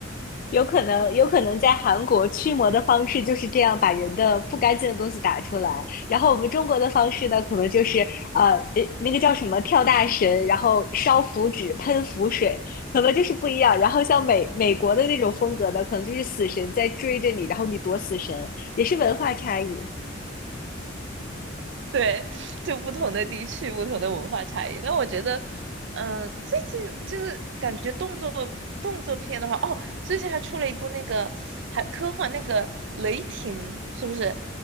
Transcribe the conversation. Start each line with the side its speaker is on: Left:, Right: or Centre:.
Left: 有可能，有可能在韩国驱魔的方式就是这样，把人的不干净的东西打出来。然后我们中国的方式呢，可能就是呃，呃那个叫什么跳大神，然后烧符纸、喷符水，可能就是不一样。然后像美美国的那种风格呢，可能就是死神在追着你，然后你躲死神，也是文化差异。
Right: 对，就不同的地区、不同的文化差异。那我觉得，嗯、最近就是感觉动作动作片的话，哦，最近还出了一部那个还科幻那个《雷霆》，是不是？